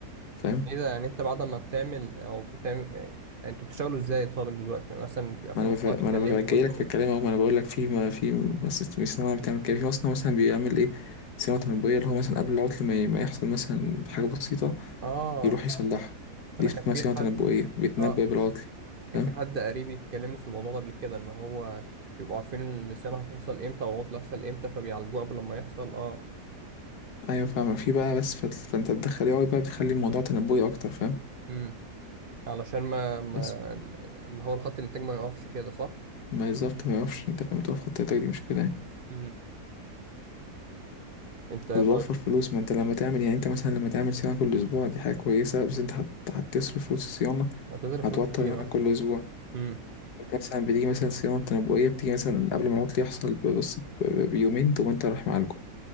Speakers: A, on the left; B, on the right.
A: فاهم
B: ايه ده يعني انت بعد ما بتعمل او بتعمل يعني انتوا بتشتغلوا ازاي طب دلوقتي يعني مثلا بيبقى في
A: ما أنا
B: مصنع
A: بف... ما
B: بيكلمكم
A: أنا بف... جاي
B: <laughs> انتوا
A: لك في الكلام أهو ما أنا بقول لك في ما في بس في صناعة بتعمل كده في مصنع مثلا بيعمل إيه صيانة تنبؤية اللي هو مثلا قبل العطل ما, ي... ما يحصل مثلا حاجة بسيطة
B: اه
A: يروح يصلحها دي
B: انا
A: اسمها
B: كان في
A: صيانة
B: حد
A: تنبؤية بيتنبأ
B: اه
A: بالعطل
B: كان
A: فاهم
B: في حد قريبي يتكلمني في الموضوع ده قبل كده ان هو بيبقوا عارفين الصيانه هتحصل امتى والعطل هيحصل امتى فبيعالجوه قبل ما يحصل اه
A: أيوه فاهم في بقى بس فت- فأنت بتدخل AI بقى بتخلي الموضوع تنبؤي أكتر فاهم
B: امم علشان ما, ما
A: بس
B: ال- اللي هو الخط الانتاج ما يقفش كده صح
A: ما بالظبط ما يقفش انت لما تقف خط ايدك دي مشكلة يعني
B: امم انت طيب
A: وتوفر فلوس ما انت لما تعمل يعني انت مثلا لما تعمل صيانة كل اسبوع دي حاجة كويسة بس انت هت- هتصرف فلوس الصيانة
B: هتصرف
A: هتوتر
B: فلوس كتير
A: المكان
B: اه
A: كل اسبوع
B: امم
A: انت مثلا بتيجي مثلا صيانة تنبؤية بتيجي مثلا قبل ما العطل يحصل ب- بس ب- ب- بيومين تقوم انت رايح معالجه